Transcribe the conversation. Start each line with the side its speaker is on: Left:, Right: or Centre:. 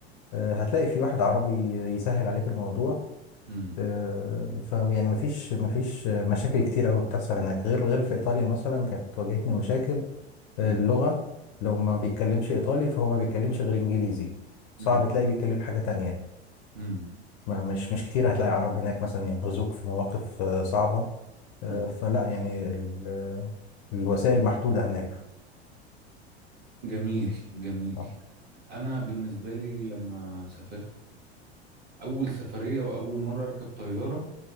Left: آه، هتلاقي في واحد عربي يسهل عليك الموضوع
Right: مم.
Left: آه، فيعني مفيش مفيش مشاكل كتير قوي بتحصل هناك غير غير في ايطاليا مثلا كانت واجهتني مشاكل آه،
Right: مم.
Left: اللغه لو ما بيتكلمش ايطالي فهو ما بيتكلمش غير انجليزي صعب
Right: مم.
Left: تلاقي بيتكلم حاجه تانية
Right: مم.
Left: ما مش مش كتير هتلاقي عرب هناك مثلا ينقذوك في مواقف آه، صعبه
Right: مم.
Left: آه، فلا يعني ال- آه، الوسائل محدوده هناك
Right: جميل جميل
Left: اه
Right: انا بالنسبه لي لما سافرت اول سفريه واول مره اركب طياره